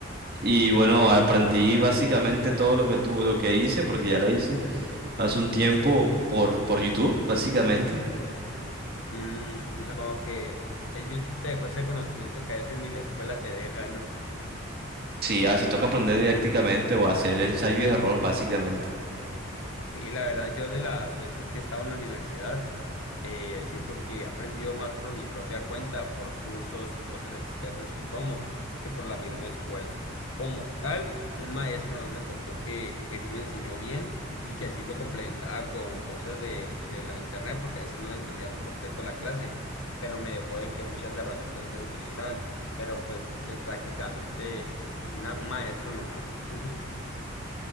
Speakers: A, on the right; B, on the left.
A: Y bueno, aprendí básicamente todo lo que tu- lo que hice, porque ya la hice hace un tiempo por, por YouTube, básicamente.
B: Mm, no sé, como que el YouTube te dejó ese conocimiento que a veces ni la escuela te deja, ¿no?
A: Sí, a veces toca aprender didácticamente o hacer ensayo y error, básicamente.
B: Sí, la verdad, yo de las veces que he estado en la universidad, eh, siento que he aprendido más por mi propia cuenta, por cursos y cosas externas que tomo, que por la misma escuela. Como tal, un maestro nada más me tocó que, que sí me enseñó bien y que así lo complementaba con cosas de, de la internet, porque a veces no le entendía por completo la clase, pero me dejó de que muchas herramientas que se utilizaban, pero pues que prácticamente una- un maestro nomás. pues. <laughs>